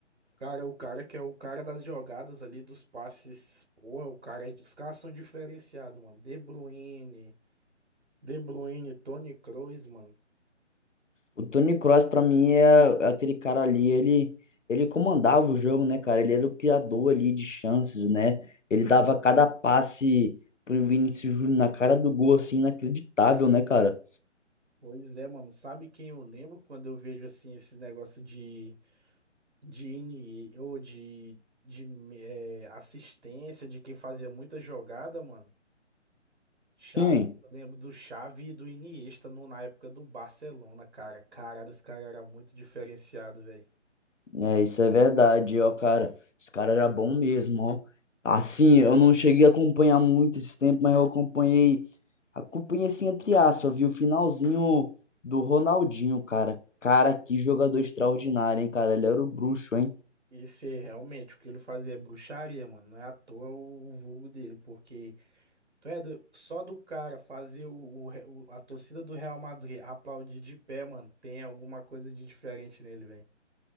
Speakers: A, on the right; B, on the left.
A: Cara, o cara que é o cara das jogadas ali, dos passes. Porra, o cara, é- os caras são diferenciados, mano. De Bruyne, De Bruyne, Toni Kroos, mano.
B: O Toni Kroos, pra mim, é aquele cara ali, ele, ele comandava o jogo, né, cara? Ele era o criador ali de chances, né? Ele dava cada passe pro Vinícius Júnior na cara do gol, assim, inacreditável, né, cara?
A: Pois é, mano. Sabe quem eu lembro quando eu vejo assim esses negócios de de INE ou de, de eh, assistência de quem fazia muita jogada, mano? Xavi,
B: quem
A: eu lembro do Xavi e do Iniesta no, na época do Barcelona, cara. Caralho, os caras eram muito diferenciados, velho.
B: É, isso é verdade, ó, cara. Esse cara era bom mesmo, ó. Assim, eu não cheguei a acompanhar muito esse tempo, mas eu acompanhei, acompanhei assim, entre aspas, vi o finalzinho do Ronaldinho, cara. Cara, que jogador extraordinário, hein, cara? Ele era o bruxo, hein?
A: Esse é realmente o que ele fazia é bruxaria, mano. Não é à toa o, o vulgo dele, porque tu é do- só do cara fazer o, o Re- o- a torcida do Real Madrid aplaudir de pé, mano, tem alguma coisa de diferente nele, velho.